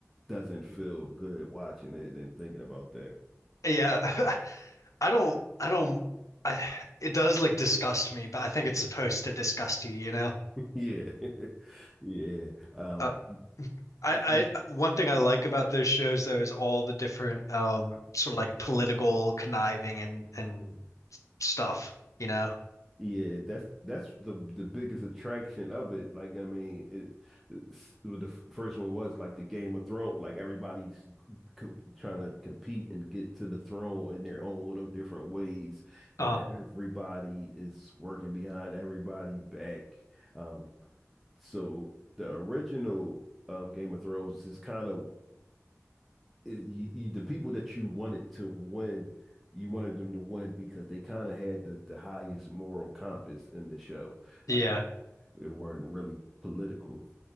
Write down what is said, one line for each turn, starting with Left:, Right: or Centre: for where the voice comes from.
Centre: doesn't feel good watching it and thinking about that. <laughs>
Left: yeah. <laughs> I don't I don't I it does like disgust me, but I think it's supposed to disgust you, you know?
Centre: Yeah. <laughs> Yeah. Um
Left: Uh, I
Centre: I, I
Left: I one thing I like about those shows though is all the different um sort of like political conniving and and stuff, you know?
Centre: yeah, that's that's the the biggest attraction of it. Like I mean, it, it's- well, the first one was like the Game of Thrones, like everybody's co trying to compete and get to the throne in their own little different ways, and
Left: Uh
Centre: everybody is working behind everybody back. Um So the original um, Game of Thrones is kind of it, you, you, the people that you wanted to win, you wanted them to win because they kind of had the, the highest moral compass in the show.
Left: yeah.
Centre: Like they weren't really political.